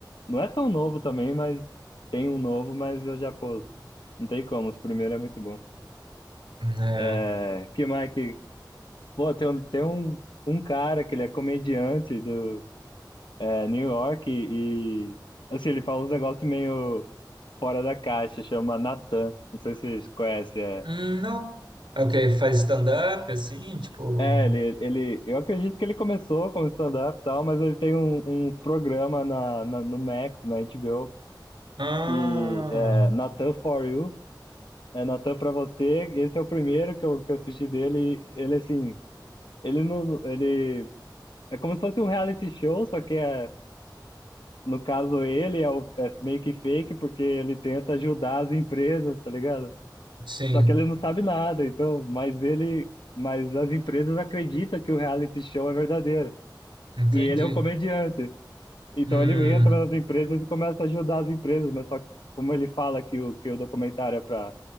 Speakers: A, on the left; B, on the right.
A: Não é tão novo também, mas tem um novo, mas eu já, pô, não tem como. Os primeiros é muito bom.
B: é.
A: É, que mais que. Pô, tem, um- tem um, um cara que ele é comediante do. é, New York e, e, assim, ele fala uns negócios meio fora da caixa, chama Natan. Não sei se vocês conhecem. É,
B: Hum, não. Ok, faz stand-up, assim, tipo.
A: é ele, ele, eu acredito que ele começou como stand-up e tal, mas ele tem um, um programa na, na- no Max, na HBO,
B: Ah,
A: e é, Natan For You, é Natan pra você. e Esse é o primeiro que eu, que eu assisti dele. e Ele, assim, ele não, ele é como se fosse um reality show, só que é No caso, ele é, o- é meio que fake porque ele tenta ajudar as empresas, tá ligado?
B: sim,
A: Só que ele não sabe nada, então, mas ele, mas as empresas acreditam que o reality show é verdadeiro.
B: entendi.
A: E ele é um comediante. Então
B: Hum,
A: ele entra nas empresas e começa a ajudar as empresas, mas só que como ele fala que o, que o documentário é para